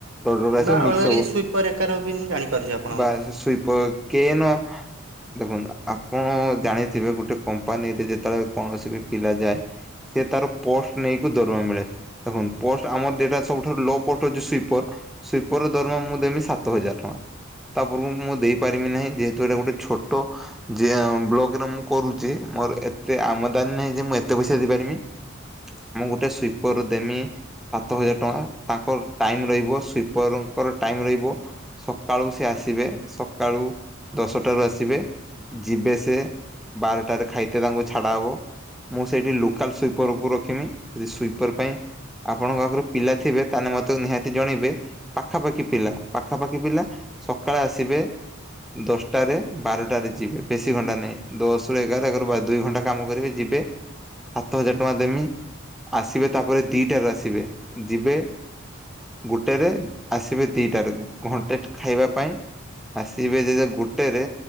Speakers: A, in the centre; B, on the right (about 70°).
A: ପାଉଡର ଆସିବ
B: ବା ଅଲଗା
A: ମିକ୍ସ
B: କିଛି
A: ହବ।
B: ସୁଇପର ଏକାର ବି ମୁଁ ଜାଣିପାରୁଛି ଆପଣଙ୍କ
A: ବା
B: କଥା।
A: ସେ ସ୍ଵିପର କେନ ଦେଖନ୍ତୁ ଆପଣ ଜାଣିଥିବେ ଗୋଟେ କମ୍ପାନୀରେ ଯେତେବେଳେ କୌଣସି ବି ପିଲା ଯାଏ। ସେ ତାର ପୋଷ୍ଟ ନେଇକି ଦରମା ମିଳେ। ଦେଖନ୍ତୁ ପୋଷ୍ଟ ଆମର ଦିଟା ସବୁଠାରୁ ଲୋ ପୋଷ୍ଟ ହୋଉଛି ସ୍ୱିପର। ସିପର ଦରମା ମୁଁ ଦେମି ସାତ ହଜାର ଟଙ୍କା ତା ପୂର୍ବରୁ ମୁଁ ଦେଇ ପାରିବି ନାହିଁ ଦି ତରେ ଗୋଟେ ଛୋଟ ଯିଏ ଆମ୍ ବ୍ଲକରେ ମୁଁ କରୁଚି ମୋର ଏତେ ଆମଦାନୀ ନାହିଁ ଯେ ମୁଁ ଏତେ ପଇସା ଦେଇ ପାରିମି ମୁଁ ଗୋଟେ ସୁଇପର ଦେମି ସାତ ହଜାର ଟଙ୍କା ତାଙ୍କର ଟାଇମ ରହିବ ସୁପରଙ୍କର ଟାଇମ ରହିବ ସକାଳୁ ସେ ଆସିବେ ସକାଳୁ ଦଶଟାରୁ ଆସିବେ ଯିବେ ସେ ବାରଟାରେ ଖାଇତେ ତାଙ୍କୁ ଛାଡ଼ା ହବ ମୁଁ ସେଇଠି ଲୋକାଲ ସୁଇପରକୁ ରଖମି ଯେ ସୁଇପର ପାଇଁ ଆପଣଙ୍କ ପାଖରୁ ପିଲା ଥିବେ ତାହେନେ ମୋତେ ନିହାତି ଜଣେଇବେ। ପାଖାପାଖି ପିଲା ପାଖାପାଖି ପିଲା ସକାଳେ ଆସିବେ। ଦଶଟାରେ ବାରଟାରେ ଯିବେ ବେଶୀ ଘଣ୍ଟା ନାହିଁ ଦଶରୁ ଏଗାର ରୁ ବାର ଦୁଇ ଘଣ୍ଟା କାମ କରିବେ ଯିବେ ସାତ ହଜାର ଟଙ୍କା ଦେମି ଆସିବେ ତାପରେ ଦିଟାରୁ ଆସିବେ ଯିବେ ଗୋଟେରେ ଆସିବେ ଦିଇଟାରକୁ ଘଣ୍ଟେ ଖାଇବା ପାଇଁ ଆସିବ <unintelligible> ଗୋଟେରେ